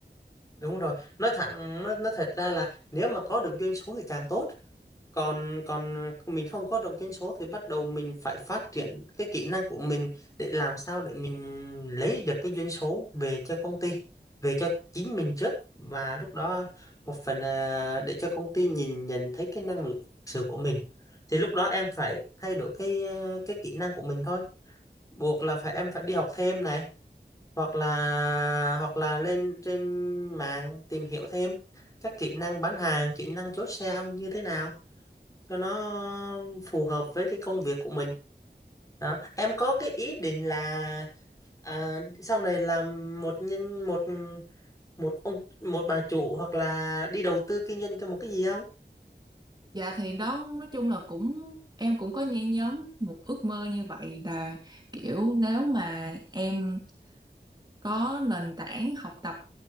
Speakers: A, on the left (about 20°); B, on the right (about 25°).
A: Đúng rồi, nói thẳng nó nó thật ra là nếu mà có được doanh số thì càng tốt. Còn còn, ờ, mình không có đọc doanh số thì bắt đầu mình phải phát triển cái kỹ năng của mình để làm sao để mình lấy được cái doanh số về cho công ty, về cho chính mình trước. Và lúc đó một phần là để cho công ty nhìn nhận thấy cái năng lực thực sự của mình. Thì lúc đó em phải thay đổi cái, ơ, cái kỹ năng của mình thôi, buộc là phải em phải đi học thêm này, hoặc là hoặc là lên trên mạng tìm hiểu thêm các kỹ năng bán hàng, kỹ năng chốt sale như thế nào. Cho nó phù hợp với cái công việc của mình. Đó, em có cái ý định là, à, sau này làm một nhân một, một ông một bà chủ hoặc là đi đầu tư kinh doanh cho một cái gì không?
B: Dạ, thì đó, nói chung là cũng em cũng có nhen nhóm một ước mơ như vậy là, kiểu, nếu mà em có nền tảng học tập,